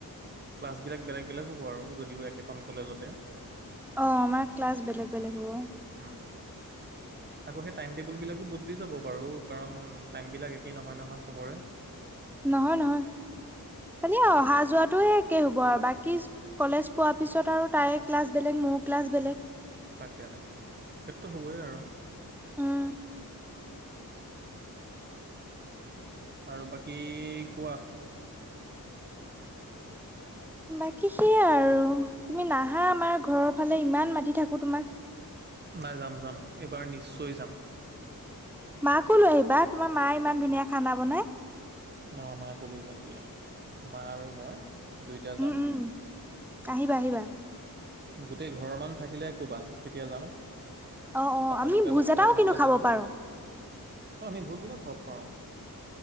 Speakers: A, on the right (about 30°); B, in the centre.
A: ক্লাছবিলাক বেলেগ বেলেগ হ'ব আৰু যদিও একেখন কলেজতে।
B: অ' আমাৰ ক্লাছ বেলেগ-বেলেগ হ'ব।
A: উম, আকৌ সেই টাইম টেবুলবিলাকো বদলি যাব বাৰু কাৰণ টাইমবিলাক একেই নহয়- নহয় চবৰে।
B: নহয়-নহয়, খালি আও অহা যোৱাটো এ কে হ'ব আৰু বাকী কলেজ পোৱাৰ পিছত আৰু তাই ক্লাছ বেলেগ মোৰ ক্লাছ বেলেগ।
A: তাকে-তাকে, সেইটোটো হ'বই আৰু।
B: উম
A: আৰু বাকী কোৱা।
B: বাকী সেয়াই আৰু তুমি নাহা আমাৰ ঘৰৰ ফালে ইমান মাতি থাকো তোমাক।
A: নাই যাম-যাম, এইবাৰ নিশ্চয় যাম।
B: মাকো লৈ আহিবা তোমাৰ মাই ইমান ধুনীয়া খানা বনাই।
A: অ' মাকো লৈ যাম দিয়া মা আৰু মই দুইটা
B: উম
A: যাম।
B: উম আহিবা- আহিবা।
A: গোটেই ঘৰৰ মানুহ থাকিলে ক'বা তেতিয়া যাম।
B: অ অ
A: সকলোকে
B: আমি ভোজ
A: লগ
B: এটাও
A: পাই ভাল
B: কিন্তু
A: লাগিব,
B: খাব পাৰো
A: অ আমি ভোজ <unintelligible> পাৰোঁ।